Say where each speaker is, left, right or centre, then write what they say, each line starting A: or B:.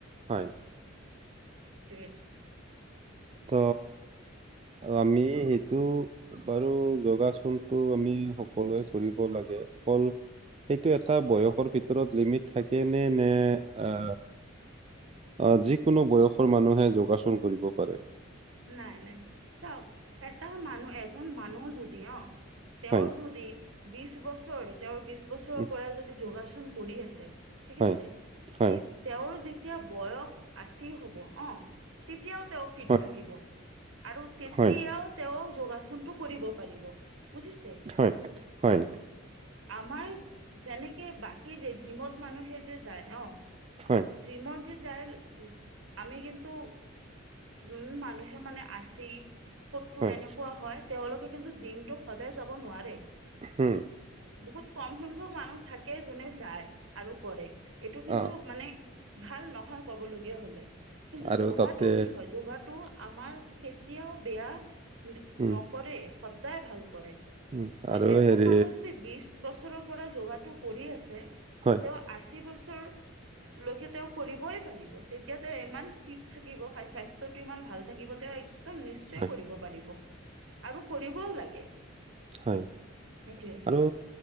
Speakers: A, on the right; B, on the right.
A: হয়।
B: <unintelligible>
A: ত আমি সেইটো বাৰু যোগাসনটো আমি সকলোৱে কৰিব লাগে সেইটো এটা বয়সৰ ভিতৰত লিমিট থাকে নে নে আ আহ যিকোনো বয়সৰ মানুহে যোগাসন কৰিব পাৰে।
B: নাই নাই চাওক এটা মানুহ এজন মানুহ যদি অ' তেওঁ
A: হয়
B: যদি বিছ বছৰ তেওঁৰ বিছ বছৰৰ
A: উম,
B: পৰা যদি যোগা চন কৰি আছে ঠিক
A: হয়
B: আছে
A: হয়
B: তে তেওঁৰ যে তেতিয়া বয়স আচী হ'ব অ, তেতিয়াও তেওঁ ফিট
A: হয়
B: থাকিব আৰু তেতিয়াও
A: হয়
B: তেওঁ যোগাচনটো কৰিব পাৰিব। বুজিছে
A: হয় হয়
B: আমাৰ যেনেক কে বাকী যে জিমত মানুহে যে যায় অ,
A: হয়,
B: জিমত যে যাই উম, আমি কিন্তু যোন মানুহে মানে আছেই সত্তোৰ
A: হয়,
B: এনেকুৱা হয় তেওঁলোকে কিন্তু জিমটো সদায় যাব নোৱাৰে
A: উম,
B: বহুত কম সংখ্যক মানুহ থাকে যোনে যায় আৰু কৰে এইটো কিন্তু
A: অ',
B: মানে ভাল নহয় ক'বলগ য় হলে কিন্তু
A: আৰু
B: যোগাটো
A: তাতে
B: কি হয় যোগাটো আমাৰ কেতিয়াও বেয়া
A: উম,
B: নকৰে সদায় ভাল কৰে
A: উম,
B: ত'
A: আৰু
B: এজন
A: হেৰি
B: মানুহ যদি বিছ বছৰত পৰা যোগাটো কৰি আছে,
A: হয়,
B: তেওঁ আশী বছৰ তেওঁ, লকে তেওঁ কৰিবই পাৰিব, তেতিয়া তেওঁ ইমান ফিট থাকিব স্বাস্থ টো ইমান ভাল থাকিব। তেওঁ একদম নিশ্চয়
A: হয়,
B: কৰিব পাৰিব আৰু কৰিবও লাগে।
A: হয়
B: সেইটোৱে
A: আৰু